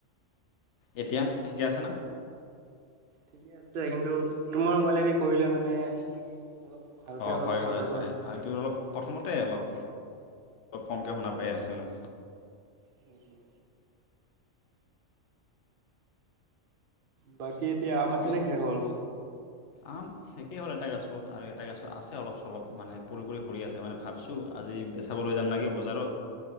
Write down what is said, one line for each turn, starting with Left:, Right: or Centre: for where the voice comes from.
Left: এতিয়া ঠিকে আছে ন'।
Right: ঠিকে আছে কিন্তু তোমাৰ মোবাইলেদি কৰিলে মানে। অলপ ভালকৈ
Left: অ' হয়
Right: শব্দটো
Left: হয় হয়
Right: আহে।
Left: এইটো অলপ প্ৰথমতে অলপ অলপ কমকৈ শুনা পাই আছিলোঁ।
Right: উম উম। বাট। কি এতিয়া আম আছে
Left: পিছ
Right: নে শেষ হ'ল।
Left: আম শেষেই হ'ল এটা গছৰ আৰু এটা গছ আছে। অলপ চলপ মানে পৰি পৰি সৰি আছে। মানে ভাবছো আজি বেচাব লৈ যাম নেকী বজাৰত।